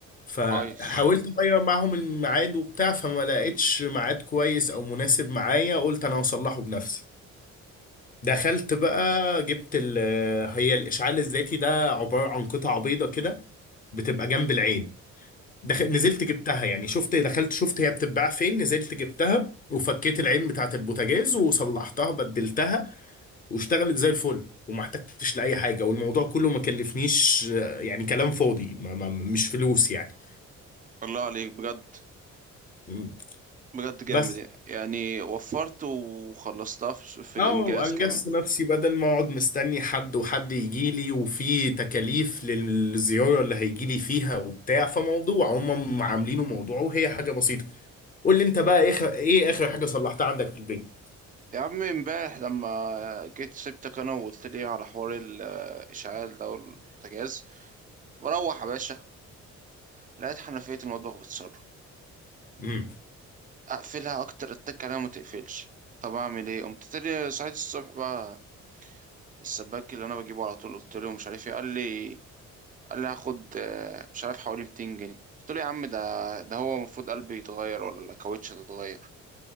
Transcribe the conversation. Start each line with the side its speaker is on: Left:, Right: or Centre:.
Left: فحاولت
Right: كويس
Left: اغير معاهم الميعاد وبتاع فما لقيتش ميعاد كويس او مناسب معايا قلت انا هصلحه بنفسي دخلت بقى جبت ال آه، هي الإشعال الذاتي ده عبارة عن قطعة بيضة كده بتبقى جنب العين دخل نزلت جبتها يعني شفت دخلت شفت هي بتتباع فين نزلت جبتها وفكيت العين بتاعت البوتاجاز وصلحتها بدلتها واشتغلت زي الفل وما احتجتش لأي حاجة والموضوع كله ما كلفنيش آه، يعني كلام فاضي ما ما مش فلوس يعني
Right: الله عليك بجد
Left: م.
Right: بجد جامد
Left: بس
Right: يعني وفرت وخلصتها في في
Left: اه
Right: الانجاز
Left: انجزت
Right: كمان
Left: نفسي بدل ما اقعد مستني حد وحد يجي لي وفي تكاليف للزياره اللي هيجي لي فيها وبتاع فموضوع هم عاملينه موضوع وهي حاجه بسيطه قول لي انت بقى اخر ايه اخر حاجه صلحتها عندك في البيت
Right: يا عم امبارح لما جيت سبتك انا وقلتلي على حوار ال- الاشعال ده والبوتاجاز بروح يا باشا لقيت حنفية المطبخ بتسرب
Left: امم
Right: اقفلها اكتر اتك عليها ما تقفلش طب اعمل ايه قمت تاني صحيت الصبح بقى السباك اللي انا بجيبه على طول قلت له مش عارف ايه قال لي قال لي هاخد آه، مش عارف حوالي 200 جنيه قلت له يا عم ده ده هو المفروض قلبي يتغير ولا كاوتش تتغير